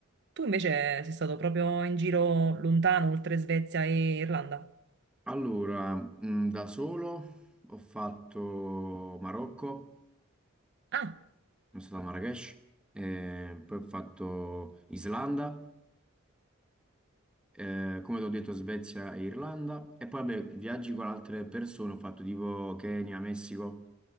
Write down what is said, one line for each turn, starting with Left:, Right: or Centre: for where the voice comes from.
Right: Tu invece sei stato proprio in giro lontano, oltre Svezia e Irlanda.
Centre: Allora, mh, da solo ho fatto Marocco,
Right: Ah,
Centre: sono stato a Marrakech, eh, poi ho fatto Islanda, eh, come ti ho detto Svezia e Irlanda, e poi vabbè, viaggi con altre persone, ho fatto tipo Kenya, Messico.